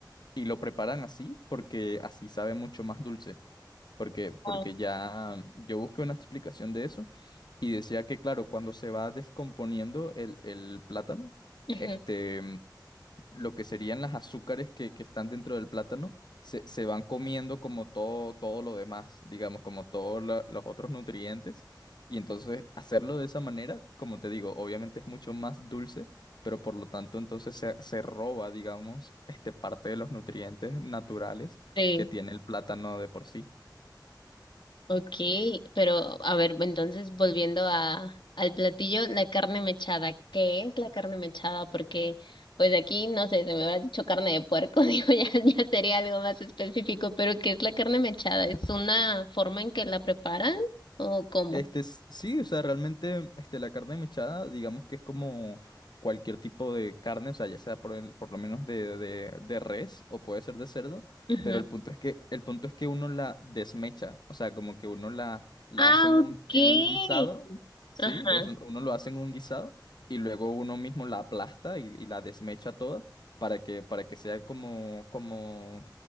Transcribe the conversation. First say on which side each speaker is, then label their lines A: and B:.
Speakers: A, on the left; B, on the left.
A: y lo preparan así porque así sabe mucho más dulce. Porque, porque
B: Wow.
A: ya yo busqué una explicación de eso y decía que, claro, cuando se va descomponiendo el, el plátano,
B: Ujú.
A: este, lo que serían las azúcares que, que están dentro del plátano se, se van comiendo como todo, todo lo demás, digamos, como todos la- los otros nutrientes. Y entonces hacerlo de esa manera, como te digo, obviamente es mucho más dulce, pero por lo tanto entonces se, se roba, digamos, este, parte de los nutrientes naturales
B: Sí.
A: que tiene el plátano de por sí.
B: Okay, pero a ver, entonces volviendo a, al platillo, la carne mechada. ¿Qué es la carne mechada? Porque pues aquí, no sé, se me hubiera dicho carne de puerco, <laughs> digo, ya, ya sería algo más específico, pero ¿qué es la carne mechada? ¿Es una forma en que la preparan o cómo?
A: Este, s- sí, o sea, realmente este, la carne mechada, digamos que es como cualquier tipo de carne, o sea, ya sea por, el- por lo menos de, de- de res o puede ser de cerdo,
B: Ujú.
A: pero el punto es que, el punto es que uno la desmecha, o sea, como que uno la, la
B: Ah,
A: hace en un,
B: okay.
A: en un guisado, ¿sí?
B: Ajá.
A: Lo hacen- uno lo hace en un guisado y luego uno mismo la aplasta y, y la desmecha toda para que, para que sea como, como,